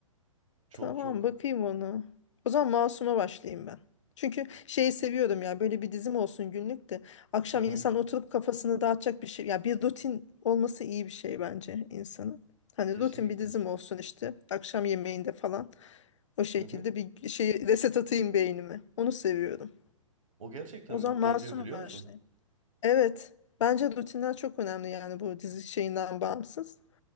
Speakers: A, on the right; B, on the left.
A: Çok
B: Tamam
A: çok.
B: bakayım onu. O zaman Masum'a başlayayım ben. Çünkü şeyi seviyorum ya böyle bir dizim olsun günlük de akşam
A: Hı hı.
B: insan oturup kafasını dağıtacak bir şey ya bir rutin olması iyi bir şey bence insanın. Hani
A: Kesinlikle.
B: rutin bir dizim olsun işte akşam yemeğinde falan o şekilde
A: Hı hı.
B: bir şey reset atayım beynime onu seviyorum.
A: O gerçekten
B: O
A: mutlu
B: zaman Masum'a
A: ediyor biliyor
B: başlayayım.
A: musun?
B: Evet. Bence rutinler çok önemli yani bu dizi şeyinden bağımsız.